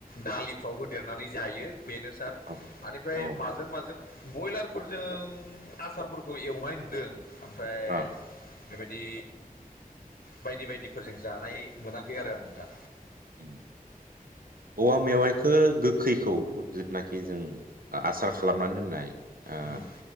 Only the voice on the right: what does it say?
औ
औ
आ
उ औवा मेवाइखौ गोखैखौ जिथुनाखि जों आसार खालामनानै दोननाय ओ